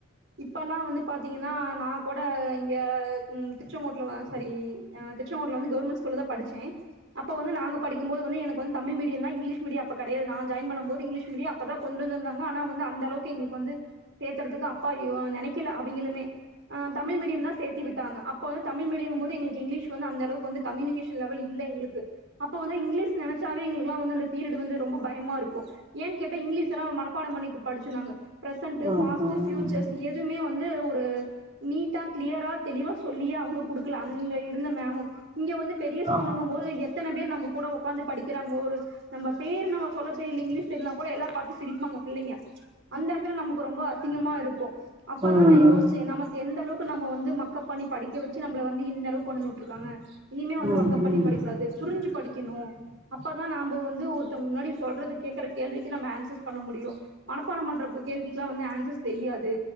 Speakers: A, on the right; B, on the right.
A: இப்பல்லா வந்து பாத்தீங்னா நா கோட இங்க ம் திர்ச்செங்கூட்ல ஆ சரி ஆ அ திர்ச்சங்கூட்ல வந்து கவுர்மென்ட் ஸ்கூலதா படிச்சே அப்ப வந்து நாங்க படிக்கும்போது வந்து எனக் வந் தமிழ் மீடியந்தா இங்க்லீஷ் மீடிய அப்ப கெடையாது நா ஜாயின் பண்ணும் போது இங்கிலீஷ் மீடியோ அப்பதா கொண்டந்துதாங்க ஆனா வந்து அந்தளவுக்கு எங்குளுக்கு வந்து சேத்தறதுக்கு அப்பா யோ நெனைக்கில அவிங்களுமே ஆ தமிழ் மீடியோந்தா சேத் தி விட்டாங்க அப்ப வந்து தமிழ் மீடியங்போது எங்ளுக்கு இங்கிலீஷ் வந்து அந்தளவுக்கு வந்து கம்மினிகேஷன் லெவல் இல்ல எங்ளுக்கு அப்ப வந்து இங்கிலீஷ் நெனைச்சாவே எங்ளுக்குலா வந்து அந்த பீரியட் வந்து ரொம்ப பயமா இருக்கூ ஏன் கேட்டா இங்கிலீஷ் எல்லா மனப்பாடோ பண்ணிக் படிச்சோ நாங்க ப்ரசன்டு
B: ம்
A: பாஸ்டு
B: ம்
A: பியூச்சர்ஸ் எதுவ்மே வந்து ஒ ரு நீட்டா க்ளியரா தெளிவா சொல்லியே அவுங்க குடுக்கல அங்க இருந்த மேமு இங்க வந்து பெரிய ஸ்கூலுங்கும்
B: ஆ
A: போது எத்தன பேர் நம்ம கூட ஒக்காந்து படிக்கிறாங்க ஒரு நம்ப பேர் நம்ம சொல்ல தெரியல இங்கிலீஷ் தெரியலனா கூட எல்லா பாத்து சிரிப்பாங்க பிள்ளைங்க அந்த எடத்துல நமக்கு ரொம்ப அசிங்கமா இருக்கு அப்பதா
B: ம்
A: நா யோச்சே நமக்கு எந்த அளவுக்கு நம்ம வந்து மக்கப் பண்ணி படிக்க வச்சு நம்மள வந்து இந்த ளவு கொண்டந்துட்ருக்காங்க இனிமே வந்து
B: ம்
A: மக்கப் பண்ணி
B: ம்
A: படிக்கூடாது புருஞ்சு படிக்கணு அப்பதா நாம்பொ வந்து ஒருத்தங் முன்னாடி சொல்றத கேட்குற கேள்விக்கு நம்ம ஆன்சர்ஸ் பண்ண முடியு மனப்பாடம்பன்ற கேள்விக்கெல்லா வந்து ஆன்சர்ஸ் தெரியாது